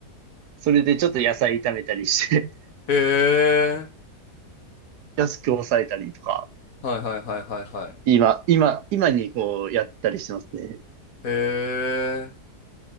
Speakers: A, on the right; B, on the left.
A: それでちょっと野菜炒めたりして、
B: へえ。
A: <laughs> 安く抑えたりとか、
B: はいはいはいはいはい。へ
A: 今、今、今にこうやったりしてますね。
B: え。